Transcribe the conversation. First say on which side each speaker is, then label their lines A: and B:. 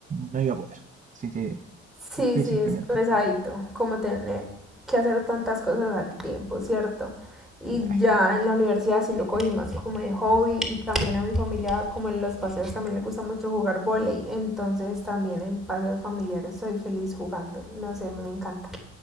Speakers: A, on the right (about 25°); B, in the centre.
A: no iba a poder. Así que
B: Sí,
A: opté
B: sí,
A: simplemente.
B: es pesadito, como tener que hacer tantas cosas al tiempo, ¿cierto? Y
A: ¡Ah,
B: ya en la universidad sí lo cogí más como de hobby y también a mi familia, como en los paseos, también le gusta mucho jugar volei. Entonces también en paseos familiares soy feliz jugando. No sé, me encanta.